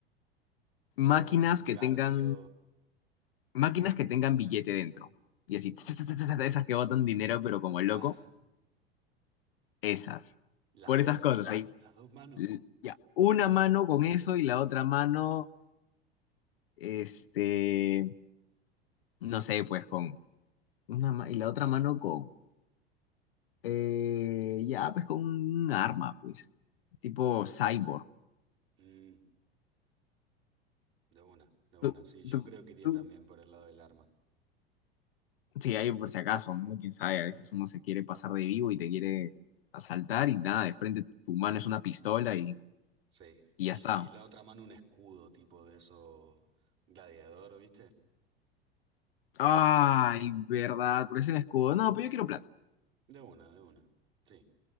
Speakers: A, on the right; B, on the left.
A: tipo
B: Máquinas
A: un un
B: que
A: garfio.
B: tengan, máquinas que tengan billete dentro. Y así, tss, tss, tss, tss, esas que botan dinero, pero como loco,
A: Ah, <laughs>
B: esas.
A: las
B: Por
A: dos,
B: esas cosas, ahí.
A: las dos manos.
B: L- Ya, una mano con eso y la otra mano, este, no sé, pues con una ma- y la otra mano con, eh, ya, pues con un arma, pues, tipo cyborg.
A: Mm, de una, de una,
B: ¿Tú,
A: sí, yo
B: tú-
A: creo que iría
B: tú-
A: también por el lado del arma.
B: Sí, ahí por si acaso, ¿no? Quién sabe, a veces uno se quiere pasar de vivo y te quiere asaltar y nada, de frente tu mano es una pistola y,
A: Sí,
B: y
A: y,
B: ya
A: y-
B: está.
A: y la otra mano un escudo tipo de eso gladiador, ¿viste?
B: Ay, verdad, por ese escudo. No, pues yo quiero plata.
A: De una, de una. Sí,